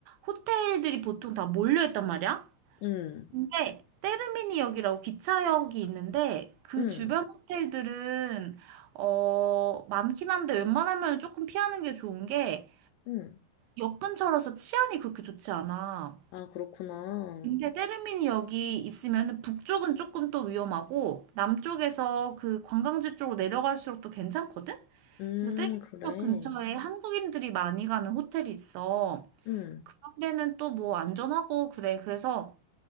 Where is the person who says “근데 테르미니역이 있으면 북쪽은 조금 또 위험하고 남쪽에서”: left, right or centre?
Right